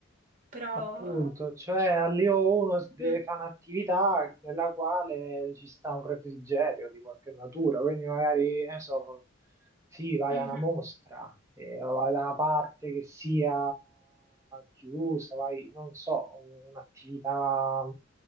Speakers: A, on the right (about 45°); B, on the right (about 15°).
A: però...
B: Appunto, cioè all'IO 1 deve
A: Mhm,
B: fare un'attività nella quale ci sta un refrigerio di qualche natura, quindi magari, che ne so, sì, vai
A: mhm.
B: a una mostra, eh, o vai da una parte che sia chiusa, vai, non so, un'attività...